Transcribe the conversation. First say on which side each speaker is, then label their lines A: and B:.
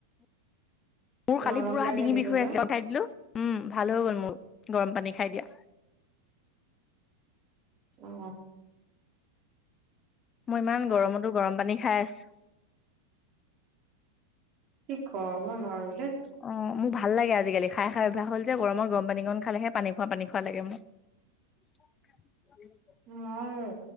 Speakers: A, on the left; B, on the right.
A: মোৰ কালি
B: নৰম
A: পুৰা
B: পাই
A: ডিঙি
B: থাকিব
A: বিষ হৈ
B: যে
A: আছিলে খাই দিলো উম ভাল হৈ গ'ল মোৰ গৰম পানী খাই দিয়া।
B: অ।
A: মই ইমান গৰমতো গৰম পানী খাই আছো।
B: কি ক মই নোৱাৰো দে।
A: অ মো ভাল লাগে আজিকালি খাই খাই অভ্যাস হল যে গৰমত গৰম পানী কণ খালেহে পানী খোৱা পানী খোৱা লাগে মো। <unintelligible>
B: মই